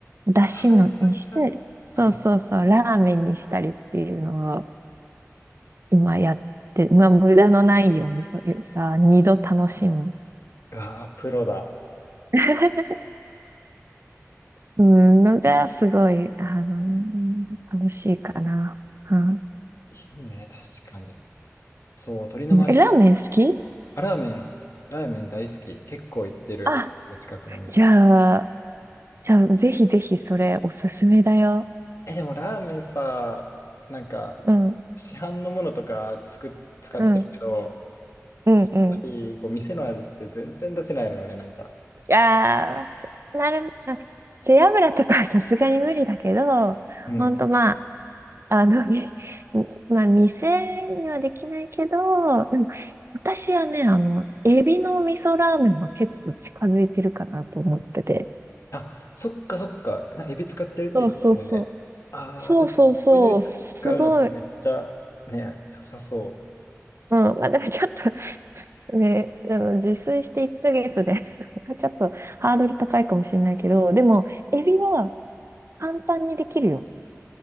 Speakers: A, on the right; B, on the left.
A: だしのにして、
B: はいはいはい。
A: そうそうそう、
B: うん。
A: ラーメンにしたりっていうのを今やって、まあ無駄のないようにというか、二度楽しむ
B: うわあ、プロだ。
A: <laughs> うん、のがすごい、あの、楽しいかな。うん。
B: いいね、確かに。そう、鶏のマリ
A: うえ、ラーメン好き
B: ア。あラーメン、ラーメン大好き。結構行ってる。
A: あ、
B: 近くの店と。
A: じゃあ、じゃあ、ぜひぜひそれおすすめだよ。
B: え、でもラーメンさ、なんか、
A: うん、
B: 市販のものとかつく使ってるけど、
A: うん、うん、
B: やっぱりこう店の味って全然出せないのよね、
A: うん。
B: なんか。
A: いやー、すなる、なんか背脂とかはさすがに無理だけど、
B: うん。
A: ほんとまあ、あの、み、まあ、店にはできないけど、でも、私はね、あの、エビの味噌ラーメンは結構近づいてるかなと思ってて。
B: あ、そっかそっか。な、エビ使ってるって言ってたもんね。
A: そうそうそう。
B: ああ、
A: そうそうそう、
B: 確かにそういうだし使うのってめっちゃね、
A: すごい。
B: 良さそう。
A: うん、まあでもちょっとね、あの、自炊して1ヶ月で <laughs> ちょっとハードル高いかもしれないけど、でも、エビは簡単にできるよ。